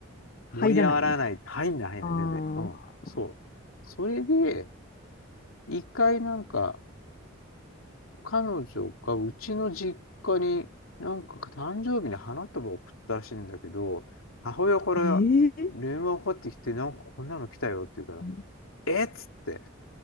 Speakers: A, on the left; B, on the left.
A: 入らないみたい
B: う盛り上がらない、入んない入んない、
A: な。
B: 全然。うん、
A: ああ。
B: そう。それで、一回なんか、彼女がうちの実家に、なんか誕生日に花束を送ったらしいんだけど、母親から電話がかかってきて、
A: ええ
B: なんかこんなの来たよって言うから、
A: うん
B: えっつって。